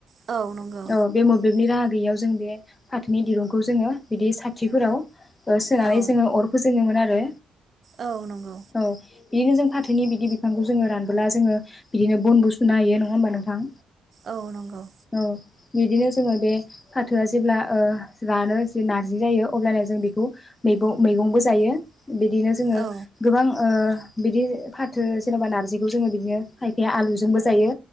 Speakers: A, on the right; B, on the left.
A: औ नंगौ
B: औ बे मोब्लिबनि राहा बेयाव जों बे फाथोनि दिरुंखौ जोङो बिदि साथिफोराव। सोनानै
A: औ
B: जोङो अरखौ जोङोमोन आरो।
A: औ नंगौ
B: औ बिदिनो जों फाथोनि बिदि बिफांखौ जोङो रानबोला जोङो बिदिनो बनबो सुनो हायो नङा होमबा नोंथां?
A: औ नंगौ
B: औ। बिदिनो जोङो बे फाथोआ जेब्ला ओ जानो जि नारजि जायो अब्लानो जों बेखौ मैबं मैगंबो जायो, बिदिनो जोङो
A: औ
B: गोबां ओ बिदि फाथो जेनेबा नारजिखौ जोङो बिदिनो खायफाया आलुजोंबो जायो